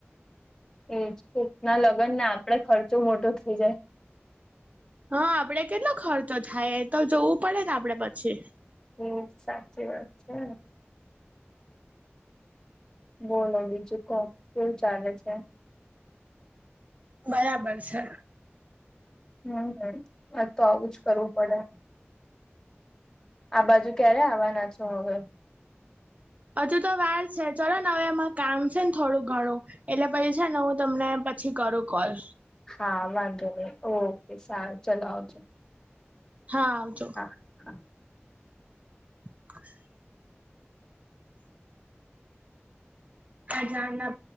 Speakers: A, on the left (about 15°); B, on the right (about 35°).
A: એજ કોક ના લગન ને આપડે ખર્ચો મોટો થઇ જાય
B: હા આપડે કેટલો ખર્ચો થાય એ તો જોવું પડે આપડે પછી.
A: હમ સાચી વાત છે. બોલો બીજું કોહ શું ચાલે છે?
B: બરાબર છે.
A: હમ આ તો આવું જ કરવું પડે. આ બાજુ ક્યારે આવવાના છો હવે?
B: હજુ તો વાર છે ચલો ને હવે એમાં કામ છે ને થોડું ઘણું એટલે પછી છે ને હું તમને પછી કરો કોલ.
A: હા વાંધો નઈ ઓકે સારું ચાલ આવજો.
B: હા આવજો.
A: હા હા.
B: <inaudible> હા જાણના